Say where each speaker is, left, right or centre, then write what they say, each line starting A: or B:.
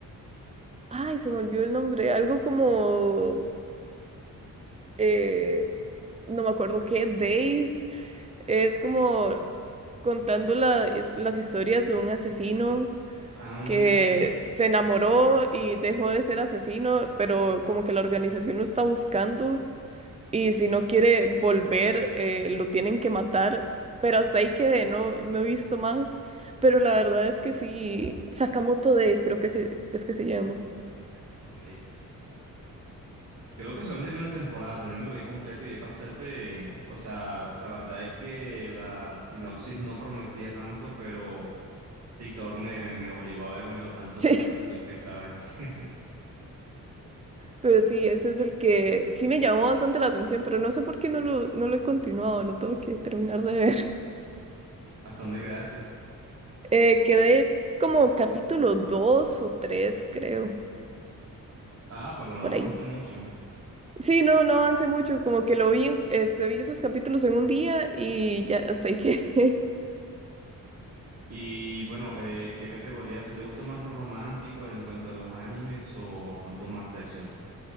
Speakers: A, on the right; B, on the right.
A: ay, se me olvidó el nombre. Algo como, eh, no me acuerdo qué, Days. Es como contando la- es- las historias de un asesino.
B: Ah,
A: que
B: um,
A: se enamoró y dejó de ser asesino, pero como que la organización lo está buscando. Y si no quiere volver, eh, lo tienen que matar. Pero hasta ahí quedé, no, no he visto más. Pero la verdad es que sí, Sakamoto Days creo que se, es que se llama. <laughs>
B: Sakamoto Days. Creo que solamente tiene una temporada, también me lo vi completo y es bastante, o sea, la verdad es que la sinopsis no prometía tanto, pero TikTok me, me obligó a vérmelo tantos
A: Sí,
B: capítulos que estaba ahí. <laughs>
A: pero sí, ese es el que sí me llamó bastante la atención, pero no sé por qué no lo, no lo he continuado, lo tengo que terminar de ver. <laughs>
B: ¿Hasta dónde quedaste?
A: Eh, quedé como capítulo 2 o 3 creo,
B: Ah, perdón, no
A: por
B: avanzaste
A: ahí.
B: mucho.
A: Sí, no, no avancé mucho, como que lo vi, en- este, vi esos capítulos en un día y ya hasta ahí quedé. <laughs>
B: Y bueno, eh, ¿qué categoría? O sea, ¿te gusta más lo romántico en cuanto a los animes o pronto más de acción?